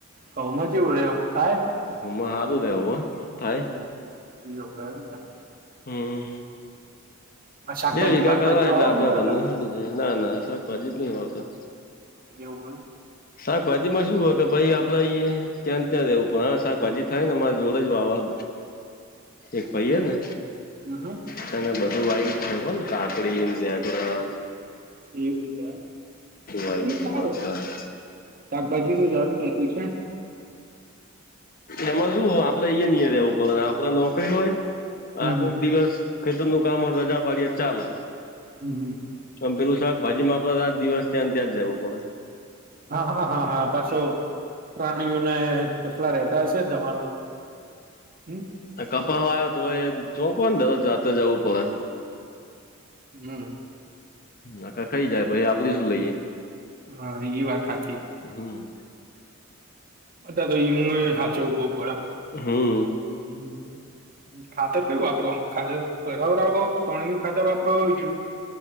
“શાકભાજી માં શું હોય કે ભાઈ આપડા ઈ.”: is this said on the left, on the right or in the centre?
Left